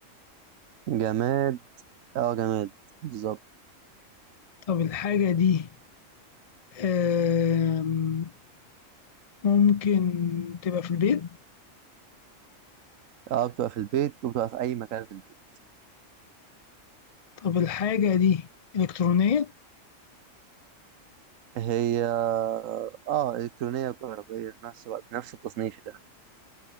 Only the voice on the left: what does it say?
طب الحاجة دي آم، ممكن تبقى في البيت
طب الحاجة دي إلكترونية